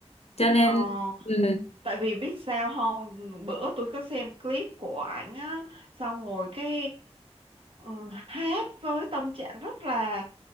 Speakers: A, on the left (about 65°); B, on the right (about 55°).
A: cho nên
B: ờ
A: ừ,
B: tại vì biết sao không bữa tôi có xem clip của ảnh á xong rồi cái ừ, hát với tâm trạng rất là